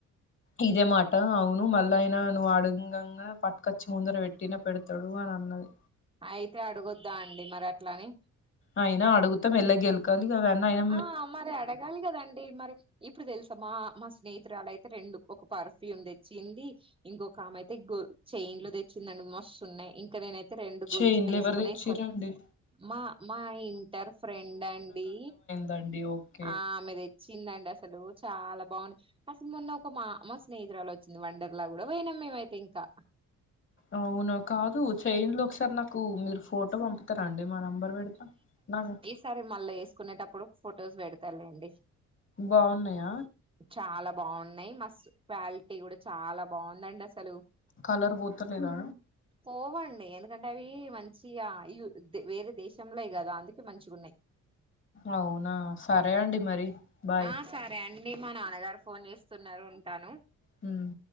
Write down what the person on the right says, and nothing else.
అయితే అడుగోద్దా అండి మరట్లని
ఆ మరి అడగాలి కదండి మరి ఇప్పు తెలుసా మా మా స్నేహితురాలైతే రెండు ఒక పర్ఫ్యూమ్ తెచ్చింది ఇంకొక ఆమే అయితే గో చైన్లు తెచ్చిందండి మస్తు ఉన్నాయి ఇంకా నేనైతే రెండు
గొలుసులు ఎసుకొనే
ఎసుకోలే మా మా ఇంట్ ట్టరు ఫ్రెండ్ అండి
ఆ ఆమె దెచ్చిందండి అసలు చాలా బాగుంది అసలు మొన్న ఒక మా మా స్నేహితురాలు వచ్చింది వండర్లా కూడా పోయినాం మేమైతే ఇంకా
సరే మళ్ళ వేసుకునేటప్పుడు ఫోటోస్ పెడతాలేండి
చాలా బాగున్నాయ్ మస్ క్వాలిటీ కూడా చాలా బాగుందండి అసలు
పోవండి ఎందుకంటే అవి మంచిగా వేరే దేశంలోయి కదా అందుకే మంచిగున్నయ్
ఆ సరే అండి మా నాన్నగారు ఫోన్ చేస్తున్నారు ఉంటాను